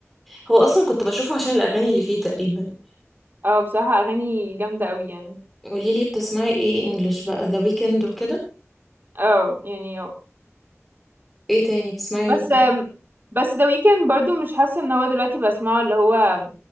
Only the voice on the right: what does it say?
اه بصراحه اغاني جامده قوي يعني
اه يعني
بس
بس ذا ويكند برضو مش حاسه ان هو دلوقتي بسمعه اللي هو